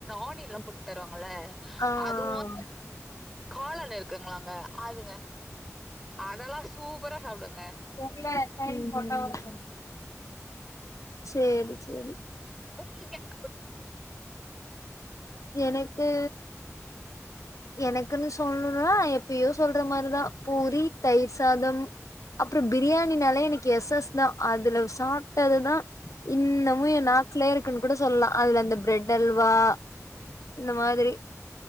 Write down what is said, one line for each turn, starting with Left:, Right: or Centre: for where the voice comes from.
Centre: ஆனியன் ல்லா போட்டு தருவாங்கல
Left: ஆ
Centre: அதுவு
Left: ம்
Centre: காளான்னு இருக்குங்களங்க அதுங்க அதெல்லா சூப்பரா சாப்டுவங்க
Left: தெர்ல எப்பயு போட்டா ஒரு கண் சேரி சேரி
Centre: உங்களுக்கு என்ன புடி
Left: எனக்கு எனக்குன்னு சொல்லணுனா எப்பயோ சொல்ற மாரிதா பூரி தயிர் சாதம் அப்பறோ பிரியாணினால எனக்கு எஸ் எஸ் தா அதுல சாப்ட்டது தா இன்னமு எ நாக்கலயே இருக்குன்னு கூட சொல்லலா அதுல அந்த பிரெட் அல்வா இந்த மாதிரி